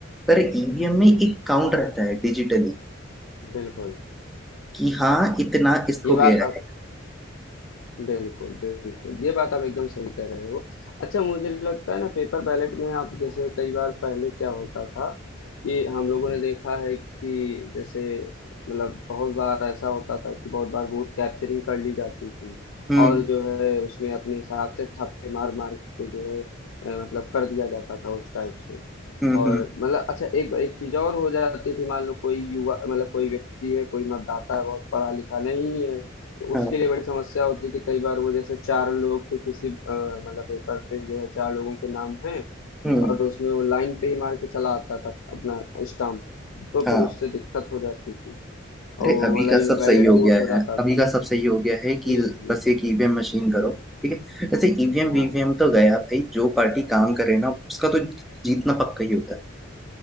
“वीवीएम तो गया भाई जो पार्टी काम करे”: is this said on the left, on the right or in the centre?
Centre